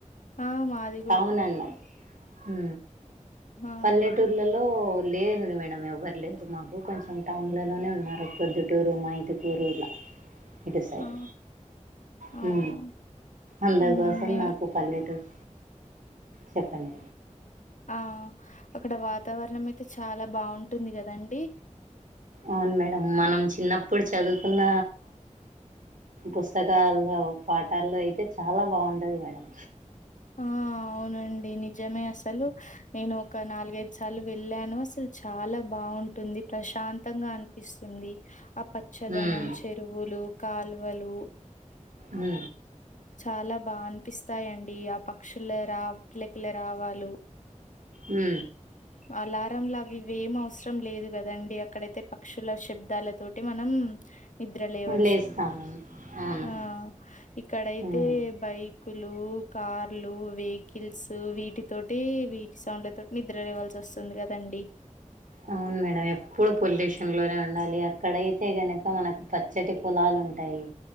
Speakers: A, on the left (about 75°); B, on the right (about 85°).
A: ఆ మా అది
B: అవునండి హ
A: ఆ
B: పల్లెటూర్లలో లేరు మ మందం ఎవరు లేరు మాకు కొంచెం టౌన్లలోనే ఉన్నారు మాకు పొద్దుటూరు మైదుపూరు ఇలా ఇటుసైడ్
A: ఆ
B: హు
A: అవును
B: అందరి
A: ఉమ్,
B: కోసం
A: మే
B: నాకు పల్లెటూరు చెప్పండి
A: ఆ అక్కడ వాతావరణం అయితే చాలా బాగుంటుంది కదండి
B: అవును మేడం మనం చిన్నప్పుడు చదువుకున్న పుస్తకాల్లో పాఠల్లో అయితే చాలా బాగుంటుంది మేడం
A: ఆ అవునండి నిజమే అసలు నేను ఒక నాలుగైదు సార్లు వెళ్ళాను అసలు చాలా బాగుంటుంది ప్రశాంతంగా అ ఇస్తుంది ఆ పచ్చదనం
B: ఉమ్
A: చెరువులు కాల్వలు
B: హు
A: చాలా బాగా అనిపిస్తాయండి ఆ పక్షుల రా కలకిల రావాలు
B: ఉ
A: అలారం లా అవి ఇవి ఏం అవసరం లేదు కదండి అక్కడైతే పక్షుల శబ్దాల తోటి మనం నిద్ర లేవచ్చు
B: ఉమ్ లేస్తాం అవును
A: ఆ ఇక్కడైతే
B: ఉమ్
A: బైక్ కులు కార్లు వెహికల్స్ వీటి తోటి వీటి సౌండ్ల తోటి నిద్ర లేవాల్సి వస్తుంది కదండి
B: అవును మేడం ఎప్పుడు పొల్యూషన్ లోనే ఉండాలి అక్కడైతే గనుక మనకు పచ్చటి పొలాలు ఉంటాయి